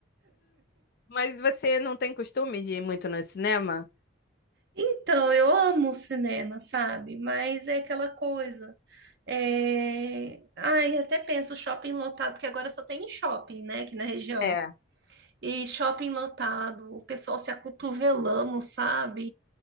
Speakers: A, on the left; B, on the right.
A: Mas você não tem costume de ir muito no cinema?
B: Então, eu amo o cinema, sabe? Mas é aquela coisa. É... Ai, até penso shopping lotado, porque agora só tem em shopping, né, aqui na região.
A: É,
B: E shopping lotado, o pessoal se acotovelando, sabe?